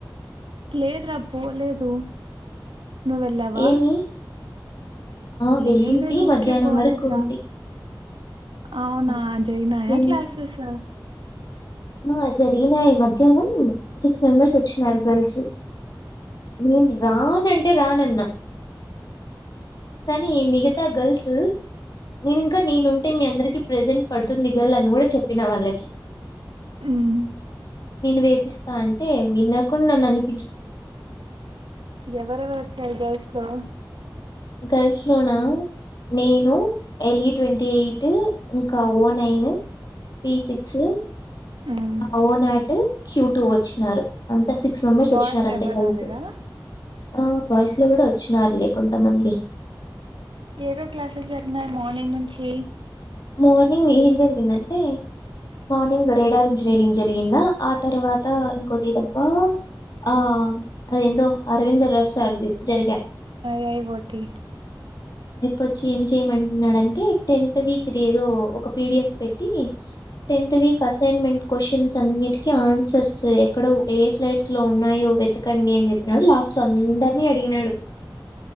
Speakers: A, on the right; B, on the left.
A: లేదు రా పో లేదు నువ్ వెళ్ళావా
B: ఏమి ఆ వెళ్ళింటి
A: ఏమి లేదు ఊర్కే
B: మధ్యాహ్నం
A: పోలేదు
B: వరకు ఉంటి
A: రా అవునా
B: ఆ!
A: జరిగినాయ
B: మధ్యాహ్నం
A: క్లాసెస్
B: ఆ జరిగినాయి మధ్యాహ్నం సిక్స్ మెంబెర్స్ వచ్చినారు గర్ల్స్ నేను రాన్ అని నే రానన్నా కానీ మిగతా గర్ల్స్ నేను ఇంకా నేనుంటే మీ అందరికి ప్రజెంట్ పడుతుందిగల అని కూడా చెప్పినా వాళ్ళకి
A: హ్మ్ హ్మ్
B: నేను వేపిస్తా అంటే విన్నాకుండా నన్ను అని
A: ఎవరెవరు వచ్చారు గర్ల్స్ లొ
B: గర్ల్స్ లోనా నేను ఎల్ఈ ట్వంటీ ఎయిట్ ఇంకా ఓ నైన్ పి సిక్స్
A: ఉమ్
B: ఓనాటు క్యూటూ వచ్చినారు అంతా సిక్స్ మెంబర్స్
A: బాయ్స్
B: వచ్చిన అంత
A: ఎవరు
B: కలిసి
A: రాలేదా
B: ఆ బాయిసు లో కూడా వచ్చినారలే కొంతమంది
A: ఏమేమి క్లాసెస్ జరిగినయి మార్నింగ్ నుంచి
B: మార్నింగ్ ఏం జరిగిందంటే మార్నింగ్ రేడార్ ఇంజనీరింగ్ జరిగిందా ఆ తర్వాత ఇంకోటి తబ్బా ఆ అదేందో అరవింద రస్ అర్ది జరిగా
A: యి పోటి
B: వచ్చి ఏం చేయమంటున్నాడంటే టెన్త్ వీక్ ఇది ఏదో ఒక పిడిఎఫ్ పెట్టి టెంత్ వీక్ అసైన్మెంట్ క్వశ్చన్స్ అన్నిటికి ఆన్సర్స్ ఎక్కడ ఏ స్లైడ్స్ లో ఉన్నాయో వెతి ఎకండి అని చెప్పినప్పుడు లాస్ట్ లో అందరినీ అడిగినాడు